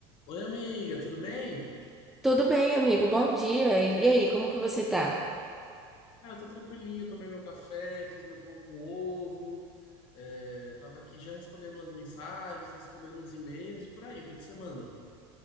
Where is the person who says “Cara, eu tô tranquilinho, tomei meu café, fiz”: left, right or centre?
Left